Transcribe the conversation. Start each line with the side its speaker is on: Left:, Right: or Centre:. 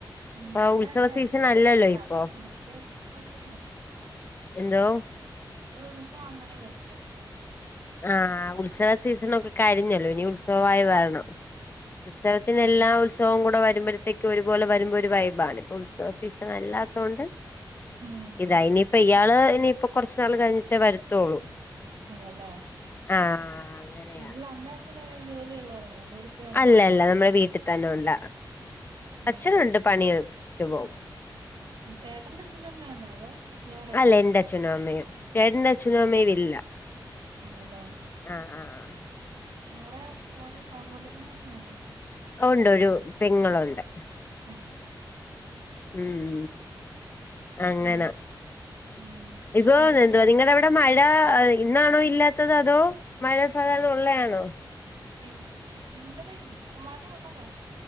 Right: ഉം
Left: ഇപ്പ
Right: നമ്മടെ
Left: ഉത്സവ
Right: ഫെബ്രുവരില്ല
Left: സീസൺ അല്ലല്ലോ ഇപ്പൊ
Right: അപ്പ ഫെബ്രുവരി ഉത്സവത്തിനെ വരുത്തോളൂ
Left: എന്തോ
Right: ഇനി ഉത്സവം ആകുമ്പഴേ വരുത്തൊള്ള്
Left: ആഹ് ഉത്സവ സീസണൊക്കെ കഴിഞ്ഞല്ലോ ഇനി ഉത്സവായി വരണം ഉത്സവത്തിന് എല്ലാ ഉത്സവവും കൂടെ വരുമ്പോഴത്തേക്ക് ഒരുപോലെ വരുമ്പോ ഒരു വൈബാണ് ഉത്സവ സീസൺ അല്ലാത്തകൊണ്ട്
Right: ഉം
Left: ഇത ഇനിയിപ്പ ഇയാള് ഇനിപ്പോ കൊറച്ച് നാള് കഴിഞ്ഞിട്ടേ വരത്തൊള്ളൂ
Right: ആണല്ലേ
Left: ആഹ് അങ്ങനെയാ
Right: വീട്ടിലെ അമ്മേം അഛന് ജോലി ഉള്ളരാണോ ജോലിക്ക് പോകുന്നവരാണോ
Left: അല്ല അല്ല നമ്മുടെ വീട്ടി തന്നെ ഉള്ള അച്ഛനൊണ്ട്
Right: ഉം
Left: പണിയെടു ക്ക് പോകും
Right: ചേട്ടന്റെ അച്ഛനും അമ്മയാന്നോ അതോ ഇയാടെയാണോ
Left: അല്ല എന്റെ അച്ഛനും അമ്മയും ചേട്ടന്റ അച്ഛനും അമ്മയും വെളിയിലാ
Right: ആണല്ലേ
Left: ആഹ് ആഹ് ആഹ് ആഹ്
Right: വേറെ വേറെ സഹോദരങ്ങൾ ഒന്നും ഇല്ലേ
Left: ഒണ്ട് ഒരു പെങ്ങളുണ്ട്
Right: ഉം
Left: ഉം അങ്ങനാ
Right: അയ്യോ ഉം
Left: ഇപ്പൊ
Right: നീരങ്ങാ
Left: എന്തുവാ നിങ്ങടവിട് ട മഴ ഇന്നാണോ ഇല്ലാത്തത് അതോ മഴ സാധാരണ ഉള്ളയാണോ
Right: ല്ലായിരുന്നു ഇന്നലെ ഒരു മഴ ഒള്ളതാ